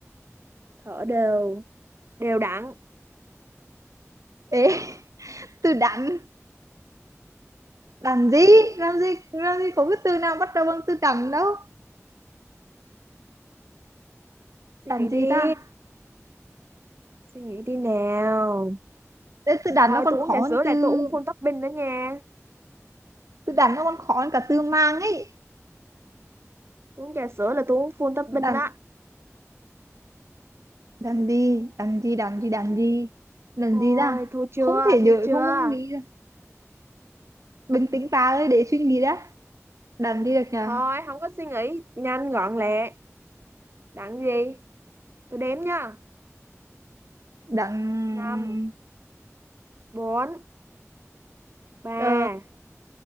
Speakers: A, on the right; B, on the right.
A: thở đều đều đặn
B: Ê, từ đắn. Đắn gì? Làm gì? Làm gì có cái từ nào bắt đầu bằng từ đắn đâu.
A: suy
B: Đắn
A: nghĩ
B: gì
A: đi
B: ta?
A: suy nghĩ đi nào
B: Thế từ đắn
A: Ờ,
B: nó còn
A: tôi uống
B: khó
A: trà
B: hơn
A: sữa là
B: từ...
A: tôi uống full topping đó nha.
B: Từ đắn nó còn khó hơn cả từ mang ấy.
A: Tôi uống trà sữa là tôi uống full topping
B: Đắn,
A: đó.
B: đắn gì? Đắn gì? Đắn gì? Đắn gì? Đắn
A: Thôi,
B: gì ta?
A: thua chưa,
B: Không thể
A: thua
B: nhớ,
A: chưa.
B: không, không nghĩ ra. Bình tĩnh bà ơi, để suy nghĩ đã. Đắn gì được nhờ?
A: Thôi, không có suy nghĩ. Nhanh, gọn lẹ. Đặng gì? Tôi đếm nha.
B: đặng
A: năm, bốn, ba,
B: ờ,